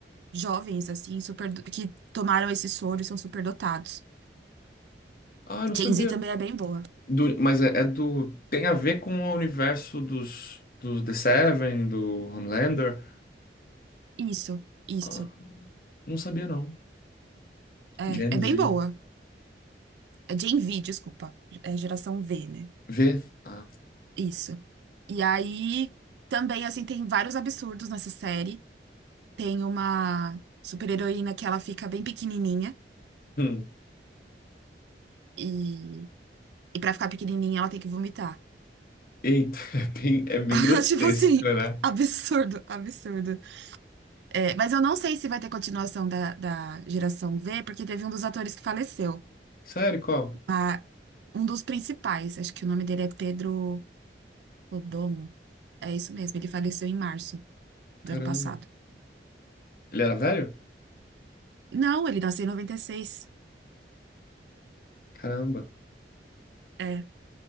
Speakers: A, on the right; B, on the left.
A: jovens, assim, super, que tomaram esse soro e são superdotados.
B: Ah, eu não sabia.
A: Gen Z também é bem boa.
B: Do- mas é, é do tem a ver com o universo dos dos The Seven, do Homelander.
A: Isso, isso.
B: Ah, não sabia não.
A: É,
B: Gen
A: é bem
B: Z.
A: boa. É Gen V, desculpa. É geração V, né?
B: V. Ah.
A: Isso. E aí, também, assim, tem vários absurdos nessa série. Tem uma super-heroína que ela fica bem pequenininha.
B: <laughs>
A: e E pra ficar pequenininha, ela tem que vomitar.
B: Eita, <laughs> é bem, é bem
A: <laughs>
B: grotesco,
A: Tipo assim,
B: né?
A: absurdo, absurdo. É, mas eu não sei se vai ter continuação da, da geração V, porque teve um dos atores que faleceu.
B: Sério, qual?
A: a- um dos principais, acho que o nome dele é Pedro Rodomo. É isso mesmo, ele faleceu em março
B: Caramba.
A: do ano passado.
B: Ele era velho?
A: Não, ele nasceu em 96.
B: Caramba.
A: É.